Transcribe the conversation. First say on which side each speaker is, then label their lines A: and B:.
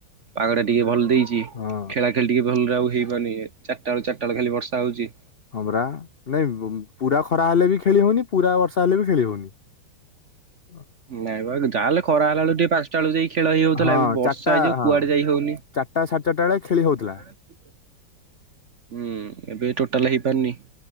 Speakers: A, on the right (about 50°); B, on the left (about 55°).
A: ପାଗଟା ଟିକେ ଭଲ ଦେଇଛି
B: ହଁ
A: ଖେଳା ଖେଳି ଟିକେ ଭଲରେ ଆଉ ଜିବନି ଚାରଟା ବେଳୁ ଚାରଟା ଖାଲି ବର୍ଷା ହଉଛି।
B: ହଁ ପରା ନାଇଁ ପୁରା ଖରା ହେଲେ ବି ଖେଳି ହଉନି। ପୁରା ବର୍ଷା ହେଲେ ବି ଖେଳି ହଉନି। <inaudible>
A: ନାଇଁ ବା ଯାହା ହେଲେ ଖରା ହେଲା ବେଳକୁ ଟିକେ ପା ଖେଳୁ ଯାଇ। ଖେଳ ହେଇ ଯାଉଥିଲା
B: ହଁ
A: ଏବେ ବର୍ଷା
B: ଚାରିଟା
A: ହେଇଯାଉ
B: ହଁ
A: କୁଆଡେ ଯାଇ ହଉନି।
B: ଚାରିଟା ସାଢେ ଚାରିଟା ବେଳେ ଖେଳି ହଉଥିଲା।
A: <inaudible> ହୁଁ ଏବେ ଟୋଟାଲ ହେଇ ବନି।